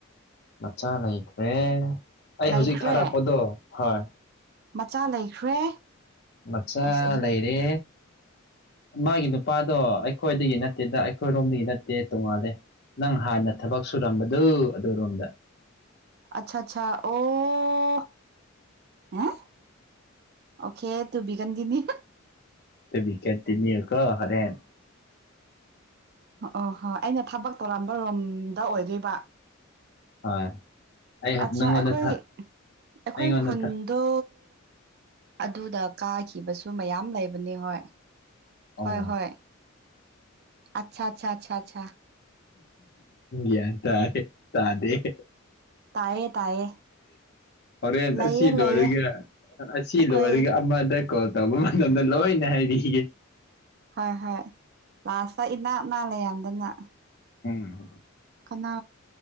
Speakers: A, on the left; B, on the right.
A: ꯃꯆꯥ ꯂꯩꯈ꯭ꯔꯦ ꯑꯩ
B: ꯂꯩꯈ꯭ꯔꯦ
A: ꯍꯧꯖꯤꯛ ꯊꯥꯔꯛꯄꯗꯣ ꯍꯣꯏ
B: ꯃꯆꯥ ꯂꯩꯈ꯭ꯔꯦ
A: ꯃꯆꯥ
B: ꯑꯁ ꯑꯗꯨ
A: ꯂꯩꯔꯦ ꯃꯥꯒꯤ ꯅꯨꯄꯥꯗꯣ ꯑꯩꯈꯣꯏꯗꯒꯤ ꯅꯠꯇꯦꯗ ꯑꯩꯈꯣꯏꯔꯣꯝꯗꯒꯤ ꯅꯠꯇꯦ ꯇꯣꯡꯉꯥꯜꯂꯦ ꯅꯪ ꯍꯥꯟꯅ ꯊꯕꯛ ꯁꯨꯔꯝꯕꯗꯨ ꯑꯗꯨꯔꯣꯝꯗ
B: ꯑꯠꯁꯥ ꯑꯠꯁꯥ ꯑꯣ <unintelligible> ꯑꯣꯀꯦ ꯇꯨꯕꯤ ꯀꯟꯇꯅꯤꯌꯨ
A: ꯇꯨꯕꯤꯀꯟꯇꯤꯅꯤꯌꯨ ꯀꯣ ꯍꯣꯔꯦꯟ
B: ꯑꯣ ꯍꯣꯏ ꯑꯩꯅ ꯊꯕꯛ ꯇꯧꯔꯝꯕ ꯔꯣꯝꯗ ꯑꯣꯏꯗꯣꯏꯕ
A: ꯍꯣꯏ ꯑꯩ
B: ꯑꯆꯥ
A: ꯅꯪꯉꯣꯟꯗ
B: ꯑꯩꯈꯣꯏ
A: ꯊꯥ
B: ꯑꯩꯈꯣꯏ
A: ꯑꯩꯉꯣꯟꯗ
B: ꯈꯨꯟ
A: ꯊꯥ
B: ꯑꯗꯣ ꯑꯗꯨꯗ ꯀꯥꯈꯤꯕꯁꯨ ꯃꯌꯥꯝ ꯂꯩꯕꯅꯤ ꯍꯣꯏ
A: ꯑꯣ
B: ꯍꯣꯏ ꯍꯣꯏ ꯑꯁꯥ ꯑꯁꯥ ꯑꯁꯥ ꯑꯁꯥ
A: ꯌꯥ꯭ ꯇꯥꯔꯦ ꯇꯗꯦ <inaudible>
B: ꯇꯥꯏꯌꯦ ꯇꯥꯏꯌꯦ
A: ꯍꯣꯔꯦꯟ
B: ꯂꯩꯌꯦ
A: ꯑꯁꯤ ꯂꯣꯏꯔꯒ
B: ꯂꯩꯌꯦ
A: ꯑꯁꯤ
B: ꯑꯩꯈꯣꯏ
A: ꯂꯣꯏꯔꯒ ꯑꯃꯗ ꯀꯣꯜ ꯇꯧꯕ ꯃꯇꯝꯗ ꯂꯣꯏꯅ ꯍꯥꯏꯕꯤꯒꯦ
B: ꯍꯣꯏ ꯍꯣꯏ ꯂꯥꯁꯇ ꯏꯅꯛ ꯅꯛ ꯑ ꯂꯩꯔꯝꯗꯅ
A: ꯎꯝ
B: ꯀꯅꯥ